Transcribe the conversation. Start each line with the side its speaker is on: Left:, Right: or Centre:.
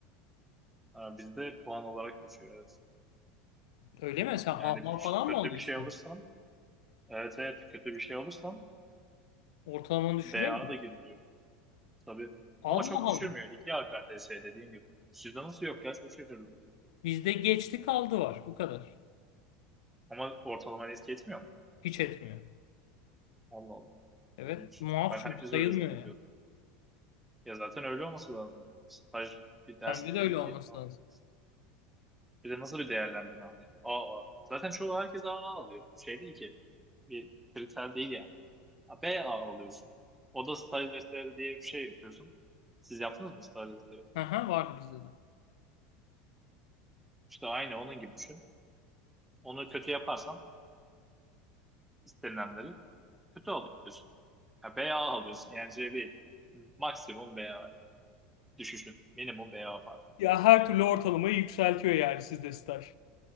Centre: Ha, bizde puan olarak geçiyor evet.
Left: Öyle mi? Sen A
Centre: Yani
Left: A
Centre: bir
Left: falan
Centre: ş- kötü
Left: mı alıyorsun?
Centre: bir şey alırsam evet evet kötü bir şey alırsam
Left: Ortalamanı düşürüyor
Centre: BA
Left: mu?
Centre: da giriliyor. Tabii.
Left: Allah
Centre: Ama çok düşürmüyor.
Left: Allah.
Centre: 2 AKTS dediğim gibi. Sizde nasıl yok ya? Çok şaşırdım.
Left: Bizde geçti kaldı var. Bu kadar.
Centre: Ama ortalama eski etmiyor mu?
Left: Hiç etmiyor.
Centre: Allah Allah.
Left: Evet.
Centre: İlginç.
Left: Muaf
Centre: Ben herkes
Left: çünkü sayılmıyor
Centre: öyle zannediyordum.
Left: yani.
Centre: Ya zaten öyle olması lazım. Staj bir ders
Left: Bence de
Centre: değil
Left: öyle
Centre: ki.
Left: olması
Centre: Ne yapacağız?
Left: lazım.
Centre: Bir de nasıl bir değerlendirme hani? AA. Zaten çoğu herkes AA alıyor. Şey değil ki. Bir kriter değil yani. Ha, B A alıyorsun. Oda staj defteri diye bir şey yapıyorsun. Siz yaptınız mı staj defteri?
Left: Aha, vardı bizde de.
Centre: İşte aynı onun gibi düşün. Onu kötü yaparsan istenilenleri kötü alıyorsun. Ha, B A alıyorsun yani C değil. Maksimum B A düşüşün. Minimum B A pardon.
Left: Ya her türlü ortalamayı yükseltiyor yani sizde staj.